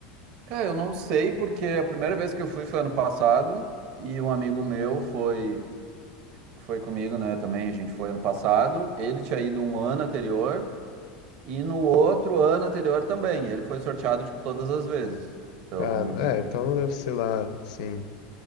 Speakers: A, on the right; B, on the left.
A: Cara, eu não sei porque a primeira vez que eu fui foi ano passado e um amigo meu foi que foi comigo, né, também, a gente foi ano passado. Ele tinha ido um ano anterior E no outro ano anterior também, ele foi sorteado, tipo, todas as vezes. Então,
B: Ah, é, então não deve ser lá, assim,